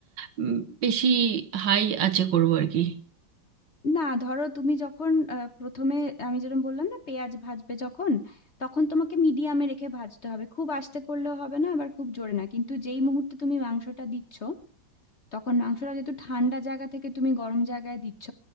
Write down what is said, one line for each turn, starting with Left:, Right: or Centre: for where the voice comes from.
Right: উম, বেশি হাই আছে করব আর কি
Left: না ধরো তুমি যখন আহ, প্রথমে আমি যেরকম বললাম না পেঁয়াজ ভাজবে যখন তখন তোমাকে মিডিয়ামে রেখে ভাজতে হবে খুব আস্তে করলেও হবে না আবার খুব জোরে না কিন্তু যেই মুহূর্তে তুমি মাংসটা দিচ্ছ তখন মাংসটা যেহেতু ঠান্ডা জায়গা থেকে তুমি গরম জায়গায় দিচ্ছ